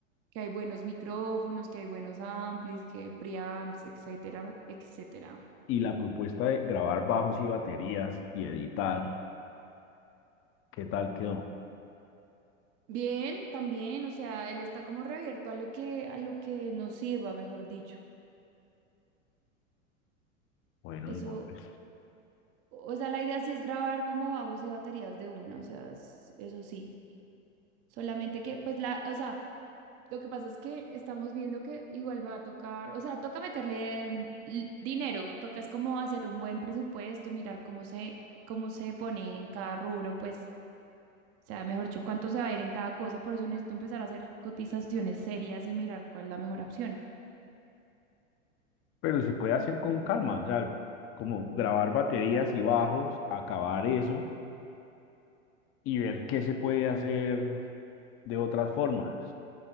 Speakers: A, on the right; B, on the left.
A: que hay buenos micrófonos, que hay buenos amplis, que preamps, etcétera, etcétera.
B: Y la propuesta de grabar bajos y baterías y editar, ¿qué tal quedó?
A: Bien, también, o sea, él está como reabierto a lo que, a lo que nos sirva, mejor dicho.
B: Bueno,
A: Eso,
B: no, pues,
A: o sea, la idea sí es grabar como bajos y baterías de una, o sea, es- eso sí. Solamente que, pues, la, o sea, lo que pasa es que estamos viendo que igual va a tocar, o sea, toca meterle en l- dinero, toca es como hacer un buen presupuesto y mirar cómo se, cómo se pone en cada rubro, pues sea, mejor dicho, cuánto se va a ir en cada cosa. Por eso necesito empezar a hacer cotizaciones serias y mirar cuál es la mejor opción.
B: Pero se puede hacer con calma, o sea, como grabar baterías y bajos, acabar eso y ver qué se puede hacer de otras formas.